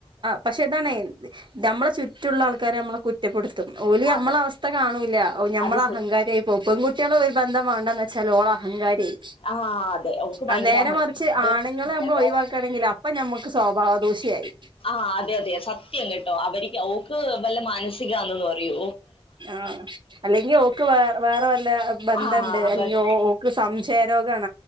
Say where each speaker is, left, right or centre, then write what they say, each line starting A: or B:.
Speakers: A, on the right (about 50°); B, on the left (about 70°).
A: പക്ഷെ ഇതാണ് നമ്മളെ ചുറ്റുള്ള ആൾക്കാര നമ്മ കുറ്റപ്പെടുത്തും ഓലി നമ്മള
B: അതെ
A: അവസ്ഥ കാണൂില്ല
B: അത്
A: മ്മള
B: ശരി
A: അഹങ്കാരിയിപ്പോ പെൺകുട്ടികള ഒരു എന്ത വേണ്ടന്ന് വെച്ചാൽ ഓള അഹങ്കാരിായി
B: ആ അതെ ഓക്ക് ഭയങ്കര
A: ആ നേരെ
B: അഹ
A: മറിച്ച് ആണുങ്ങളെ നമ്മൾ ഒഴിവാക്കുകയാണെങ്കിൽ അപ്പൊ ഞമ്മക്ക് സ്വഭാവദോഷിയായി
B: ആഹ് അതെ അതെ സത്യം കേട്ടോ അവർക്ക് അവക്ക് വല്ല മാനസികാന്നൊന്ന് പറയോ
A: ആഹ അല്ലെങ്കിൽ ഓക്ക് വേ വേറെ വല്ല ബന്ധണ്ട്
B: ആ
A: അല്ലെങ്കിൽ
B: ബന്ധ
A: ഓക്ക് സംശയ രോഗണ്